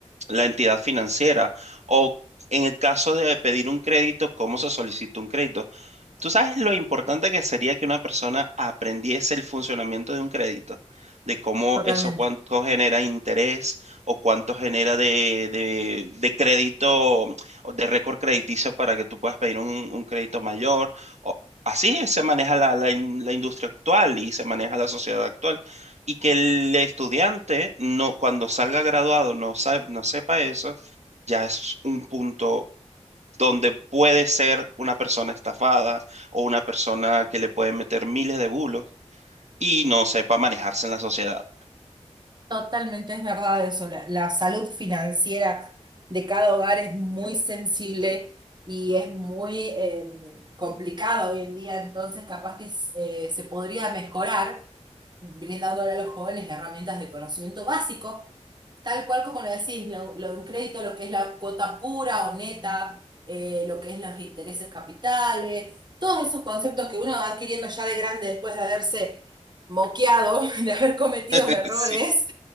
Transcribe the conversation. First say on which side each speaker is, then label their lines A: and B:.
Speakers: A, on the right; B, on the right.
A: la entidad financiera o en el caso de pedir un crédito, cómo se solicita un crédito. ¿Tú sabes lo importante que sería que una persona aprendiese el funcionamiento de un crédito? de cómo
B: Totalmente.
A: eso cuánto genera interés o cuánto genera de, de, de crédito, o de récord crediticio para que tú puedas pedir un, un crédito mayor. O- así es, se maneja la, la in- la industria actual y se maneja la sociedad actual. Y que el estudiante, no, cuando salga graduado, no, sa- no sepa eso, ya es un punto donde puede ser una persona estafada o una persona que le puede meter miles de bulos y no sepa manejarse en la sociedad.
B: Totalmente es verdad eso. La, la salud financiera de cada hogar es muy sensible y es muy eh, complicada hoy en día. Entonces, capaz que eh, se podría mejorar brindándole a los jóvenes herramientas de conocimiento básico tal cual como lo decís, lo, lo de un crédito, lo que es la cuota pura o neta, eh, lo que es los intereses capitales, todos esos conceptos que uno va adquiriendo ya de grande después de haberse moqueado, <laughs> de haber cometido
A: <laughs>
B: errores
A: Sí,